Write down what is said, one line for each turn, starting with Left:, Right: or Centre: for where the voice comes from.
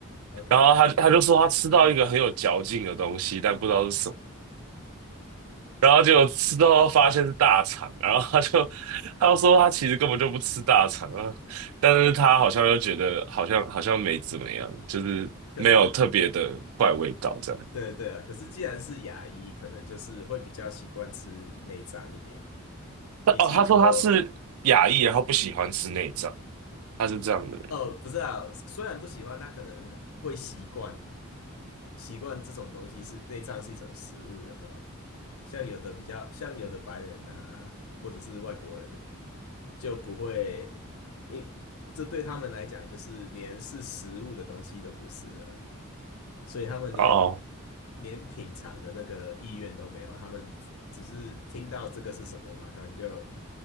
Left: OK，
Right: 然后他他就说他吃到一个很有嚼劲的东西，但不知道是什么。然后结果吃到发现是大肠，然后他就 <laughs> 他就说他其实根本就不吃大肠啊，但是他好像又觉得好像好像没怎么样，就是没有特别的怪味道这样。
Left: <laughs> 可是对对啊，可是既然是亚裔，可能就是会比较习惯吃内脏一点，
Right: 他哦，
Left: 比起说
Right: 他说他是亚裔，然后不喜欢吃内脏，他是这样的人。
Left: 哦，不知道，虽然不喜欢，他可能会习惯习惯这种东西是内脏是一种食物，有没有？像有的比较，像有的白人啊，或者是外国人就不会，因这对他们来讲就是连是食物的东西都不是了。所以他们连
Right: 哦
Left: 连品尝的那个意愿都没有，他们只是听到这个是什么，马上就